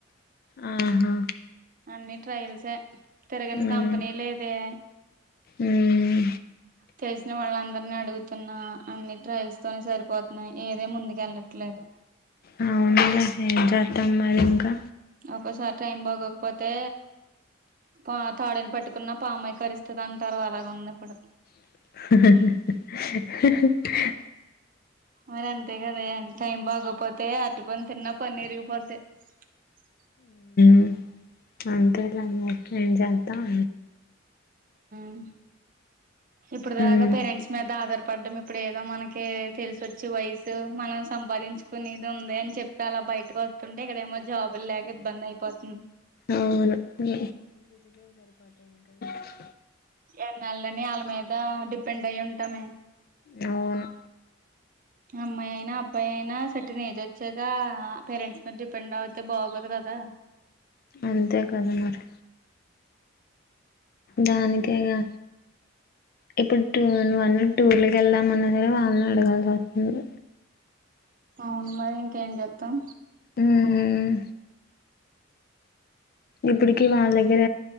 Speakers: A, on the left; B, on the right.
A: ఆహ
B: అన్ని ట్రయల్సే తిరగని
A: ఉమ్
B: కంపెనీ లేదే
A: ఉమ్
B: తెల్సిన వాళ్ళందర అని అడుగుతున్నా అన్ని ట్రయల్స్తోనే సరిపోతున్నయి ఏదే ముందుకెళ్ళట్లేదు
A: అ అవునులే ఏం చేస్తాం మరి ఇంకా
B: ఒక్కోసారి టైం బాగోకపోతే పా తాడుని పట్టుకున్న పామయి కరుస్తదంటారు అలాగ ఉంది ఇప్పుడు
A: <unintelligible>
B: మరంతే కదే టైం బాగోపోతే అరటి పండు తిన్నా పన్నిరిగిపోది. <unintelligible>
A: మ్ అంతేలే మరి ఏం చేద్దాం
B: మ్ ఇప్పుడు దాకా
A: ఉమ్
B: పేరెంట్స్ మీద ఆదార్ పడ్డం ఇప్పుడు ఏదో మనకి తెలసోచ్చి వయసు మనం సంపాదించుకునేది ఉంది అని చెప్పి అలా బయ టికి వస్తుంటే ఇక్కడేమో జాబులు లేక ఇబ్బంద్ అయిపోతుం
A: అవును మీ <unintelligible>
B: ఎన్నాళని ఆళ్ళ మీద డిపెండ్ అయి ఉంటామే
A: అవున్
B: అమ్మాయి అయినా అబ్బాయి అయినా సట్న ఏజ్ వచ్చాక పేరెంట్స్ మీద డిపెండ్ అవుతే బాగోదు క దా
A: అంతే కదా మరి దానికేగా
B: ఉమ్
A: ఇప్పుడు టూ వన్ వన్ టూర్కి కెళ్దాం అన్నా సరే వాళ్ళనే అడగాల్సి వస్తుంది.
B: అవును మరి ఇంకేం చేత్తాం
A: హ్మ్ ఇప్పుట్కి వాళ్ళ దగ్గర